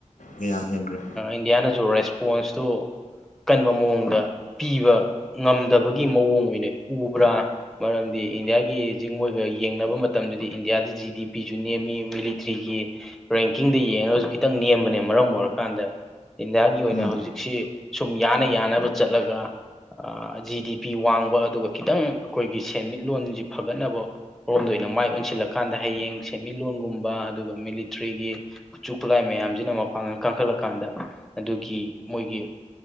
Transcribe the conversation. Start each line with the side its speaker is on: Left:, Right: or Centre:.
Left: ꯌꯥꯝ ꯍꯦꯟꯈ꯭ꯔꯦ
Centre: ꯏꯟꯗꯤꯌꯥꯅꯁꯨ ꯔꯦꯁꯄꯣꯟꯁꯇꯨ ꯀꯟꯕ ꯃꯑꯣꯡꯗ ꯄꯤꯕ ꯉꯝꯗꯕꯒꯤ ꯃꯑꯣꯡ ꯑꯣꯏꯅ ꯎꯕ꯭ꯔꯥ ꯃꯔꯝꯗꯤ ꯏꯟꯗꯤꯌꯥꯒꯤ ꯍꯧꯖꯤꯛ ꯃꯣꯏꯒ ꯌꯦꯡꯅꯕ ꯃꯇꯝꯗꯗꯤ ꯏꯟꯗꯤꯌꯥꯗ ꯖꯤ ꯗꯤ ꯄꯤꯁꯨ ꯅꯦꯝꯃꯤ ꯃꯤꯂꯤꯇ꯭ꯔꯤꯒꯤ ꯔꯦꯡꯀꯤꯡꯗ ꯌꯦꯡꯉꯒꯁꯨ ꯈꯤꯇꯪ ꯅꯦꯝꯕꯅ ꯃꯔꯝ ꯑꯣꯏꯔꯀꯥꯟꯗ ꯏꯟꯗꯤꯌꯥꯒꯤ ꯑꯣꯏꯅ
Left: ꯎꯝ
Centre: ꯍꯧꯖꯤꯛꯁꯤ ꯁꯨꯝ ꯌꯥꯅ ꯌꯥꯅꯕ ꯆꯠꯂꯒ ꯖꯤ ꯗꯤ ꯄꯤ ꯋꯥꯡꯕ ꯑꯗꯨꯒ ꯈꯤꯇꯪ ꯑꯩꯈꯣꯏꯒꯤ ꯁꯦꯟꯃꯤꯠꯂꯣꯟꯁꯤ ꯐꯒꯠꯅꯕ ꯔꯣꯝꯗ ꯑꯩꯈꯣꯏꯅ ꯃꯥꯏ ꯑꯣꯟꯁꯤꯜꯂꯀꯥꯟꯗ ꯍꯌꯦꯡ ꯁꯦꯟꯃꯤꯠꯂꯣꯟꯒꯨꯝꯕ ꯑꯗꯨꯒ ꯃꯤꯂꯤꯇ꯭ꯔꯤꯒꯤ ꯈꯨꯠꯁꯨ ꯈꯨꯠꯂꯥꯏ ꯃꯌꯥꯝꯁꯤꯅ ꯄꯥꯡ ꯀ ꯀꯥꯡꯈꯠꯂꯀꯥꯟꯗ ꯑꯗꯨꯒꯤ ꯃꯣꯏꯒꯤ